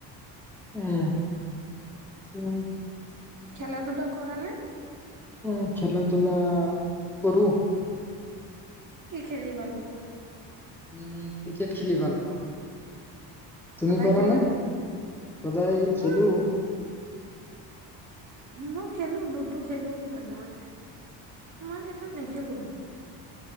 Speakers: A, in the centre; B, on the right.
A: উম উ
B: খেলা ধলা কৰা নে
A: অ খেলা ধূলা কৰো
B: কি খেলি ভালপোৱা
A: উম ক্ৰিকেট খেলি ভাল পাওঁ তুমি
B: সদায়
A: কৰা
B: খেলা
A: নে সদায়
B: মই
A: খেলো
B: মই খেলো লুডু খেলো মাজে মাজে ইমান এটাাত নেখেলো